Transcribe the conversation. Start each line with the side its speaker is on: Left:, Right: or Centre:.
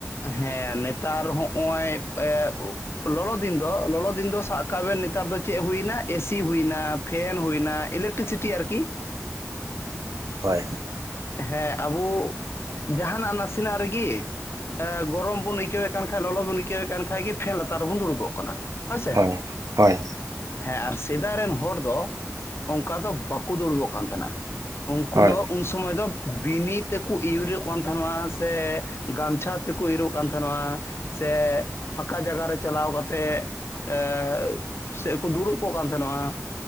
Left: ᱦᱮᱸ ᱱᱮᱛᱟᱨ ᱦᱚᱸᱜᱼᱚᱭ ᱮᱸᱜ ᱞᱚᱞᱚ ᱫᱤᱱ ᱫᱚ ᱞᱚᱞᱚ ᱫᱤᱱ ᱫᱚ ᱥᱟᱵ ᱠᱟᱜ ᱵᱮᱱ ᱱᱮᱛᱟᱨ ᱫᱚ ᱪᱮᱫ ᱦᱩᱭᱱᱟ ᱮᱥᱤ ᱦᱩᱭᱮᱱᱟ᱾ ᱯᱷᱮᱱ ᱦᱩᱭᱱᱟ ᱤᱞᱮᱠᱴᱨᱤᱥᱤᱴᱤ ᱟᱨᱠᱤ᱾
Right: ᱦᱳᱭ,
Left: ᱦᱮᱸ ᱟᱵᱚ ᱡᱟᱦᱱᱟᱜ ᱱᱟᱥᱮᱱᱟᱜ ᱨᱮᱜᱤ ᱜᱚᱨᱚᱢ ᱵᱚᱱ ᱟᱹᱭᱠᱟᱹᱣᱮᱫ ᱠᱟᱱ ᱠᱷᱟᱱ ᱞᱚᱞᱚ ᱵᱚᱱ ᱟᱹᱭᱠᱟᱹᱣᱮᱫ ᱮ ᱠᱷᱟᱱ ᱜᱮ ᱯᱷᱮᱱ ᱞᱟᱛᱟᱨ ᱨᱮᱵᱚᱱ ᱫᱩᱲᱩᱵᱚᱜ ᱠᱟᱱᱟ ᱦᱳᱭᱥᱮ᱾
Right: ᱦᱳᱭ ᱦᱳᱭ
Left: ᱦᱮᱸ ᱟᱨ ᱥᱮᱫᱟᱭ ᱨᱮᱱ ᱦᱚᱲ ᱫᱚ ᱚᱱᱠᱟ ᱫᱚ ᱵᱟᱠᱚ ᱫᱩᱲᱩᱵᱚᱜ ᱠᱟᱱ ᱛᱟᱦᱮᱸᱱᱟ᱾ ᱩᱱᱠᱩ
Right: ᱦᱳᱭ
Left: ᱫᱚ ᱩᱱ ᱥᱚᱢᱚᱭ ᱫᱚ ᱵᱤᱱᱤ ᱛᱮᱠᱚ ᱤᱭᱤᱨᱚᱜ ᱠᱟᱱ ᱛᱟᱦᱮᱱᱟ ᱥᱮ ᱜᱟᱢᱪᱷᱟ ᱛᱮ ᱠᱚ ᱤᱣᱤᱨᱚᱜ ᱠᱟᱱ ᱛᱟᱦᱮᱱᱟ। ᱥᱮ ᱯᱷᱟᱸᱠᱟ ᱡᱟᱭᱜᱟ ᱨᱮ ᱪᱟᱞᱟᱣ ᱠᱟᱛᱮᱫ ᱮᱜ ᱥᱮ ᱠᱚ ᱫᱩᱲᱩᱵ ᱠᱚᱜ ᱠᱟᱱ ᱛᱟᱦᱮᱱᱚᱜᱼᱟ᱾